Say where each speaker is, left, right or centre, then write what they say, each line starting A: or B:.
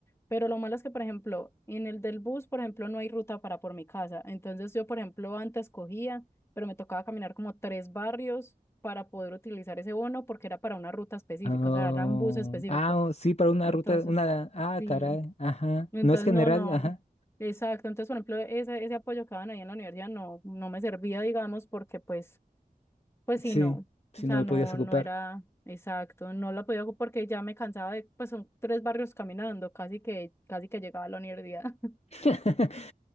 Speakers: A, on the left; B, on the left.
A: Pero lo malo es que, por ejemplo, en el del bus, por ejemplo, no hay ruta para por mi casa. Entonces yo, por ejemplo, antes cogía, pero me tocaba caminar como tres barrios para poder utilizar ese bono porque era para una ruta específica,
B: Oh,
A: o sea, era un bus específico.
B: ah, oh, sí, para una
A: Entonces,
B: ruta, una... Ah,
A: sí,
B: caray, ajá.
A: entonces
B: No es general,
A: no, no,
B: ajá.
A: exacto. Entonces, por ejemplo, ese, ese apoyo que daban ahí en la universidad no, no me servía, digamos, porque pues pues sí,
B: Sí,
A: no,
B: si
A: o sea,
B: no lo
A: no,
B: podías ocupar.
A: no era exacto, no la podía porque ya me cansaba de, pues son tres barrios caminando, casi que, casi que llegaba a la universidad. <laughs>
B: <laughs>